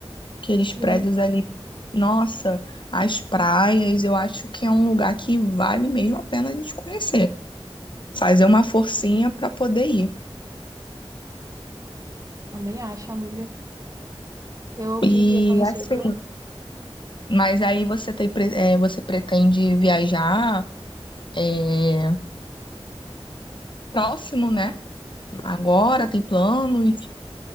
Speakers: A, on the left; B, on the right.
A: Aqueles
B: Sim,
A: prédios ali. Nossa, as praias, eu acho que é um lugar que vale mesmo a pena a gente conhecer. Fazer uma forcinha para poder ir.
B: também acho, amiga. Eu queria
A: E
B: conhecer,
A: assim,
B: viu?
A: mas aí você tem, pre- é, você pretende viajar é, próximo, né? Agora
B: E
A: tem planos,